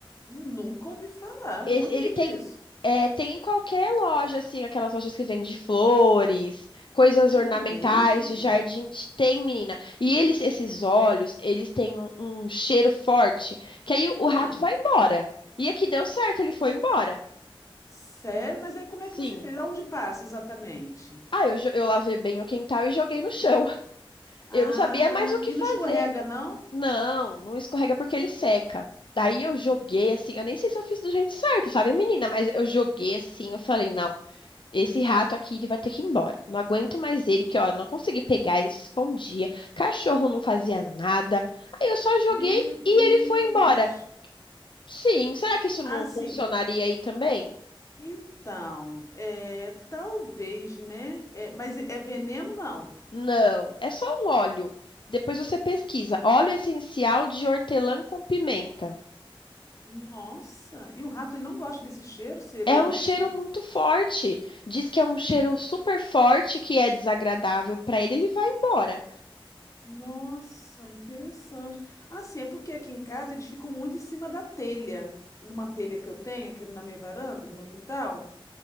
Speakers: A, on the left; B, on the left.
A: nunca ouvi falar.
B: Esse-
A: Onde
B: ele
A: vende
B: tem,
A: isso?
B: é, tem em qualquer loja, assim, aquelas lojas que vendem flores, coisas
A: É
B: ornamentais,
A: mesmo?
B: de jardim, tem, menina. E eles, esses óleos, eles têm um, um cheiro forte, que aí o, o
A: Ah,
B: rato vai embora. E aqui deu certo, ele foi embora.
A: sério? Mas aí como
B: Sim.
A: é que você fez? Aonde passa exatamente?
B: Ah, eu, jo- eu lavei bem o quintal e joguei no chão. <laughs>
A: Ah,
B: Eu não sabia mais o que
A: e
B: fazer.
A: não escorrega, não?
B: Não, não escorrega porque ele seca. Daí eu joguei assim, eu nem sei se eu fiz do jeito certo, sabe, menina? Mas eu joguei assim, eu falei, não, esse rato aqui ele vai ter que ir embora. Não aguento mais ele, porque ó, eu não consegui pegar, ele se escondia. Cachorro não fazia nada. Aí eu só joguei
A: Meu Deus.
B: e ele foi embora. Sim, será que isso não
A: Ah, sim.
B: funcionaria aí também?
A: Então, é, talvez, né? É, mas é é veneno, não?
B: Não, é só um óleo. Depois você pesquisa. Óleo essencial de hortelã com pimenta.
A: Nossa, e o rato ele não gosta desse cheiro? Seria
B: É
A: isso?
B: um cheiro muito forte. Diz que é um cheiro super forte que é desagradável para ele, ele vai embora.
A: Nossa, interessante. Assim, é porque aqui em casa eles ficam muito em cima da telha, numa telha que eu tenho aqui na minha varanda, no meu quintal.